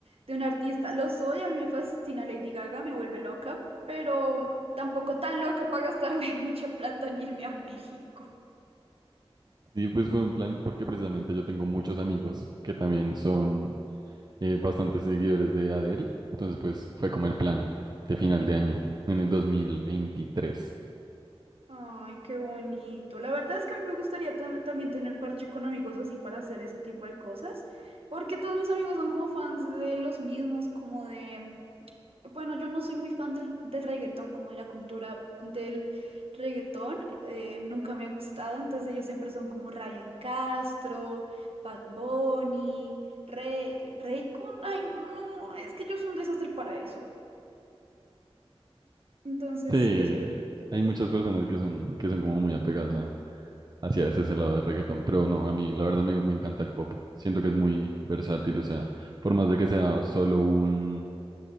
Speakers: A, on the right; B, on the right.
A: de un artista. Lo soy, a mí me fascina Lady Gaga, me vuelve loca, pero tampoco tan loca para gastarme <laughs> mucha plata en irme a México.
B: Y pues fue un plan porque precisamente yo tengo muchos amigos que también son eh, bastantes seguidores de Adele. Entonces, pues fue como el plan de final de año, en el dos mil veintitrés
A: Ay, qué bonito. La verdad es que a mí me gustaría tam- también tener parche con amigos así para hacer ese tipo de cosas, porque todos mis amigos son como fans de los mismos, como de, bueno, yo no soy muy fan del, del reggaetón, como de la cultura del reggaetón, eh, nunca me ha gustado, entonces ellos siempre son como Ryan Castro, Bad Bunny, Rey, Raycon, ay, no, es que yo soy un desastre para eso. Entonces,
B: Sí,
A: sí, eso te cuento.
B: hay muchas personas que son, que son como muy apegadas a- hacia ese ese lado de reggaetón, pero no, a mí la verdad me, me encanta el pop. Siento que es muy versátil, o sea, por más de que sea solo un,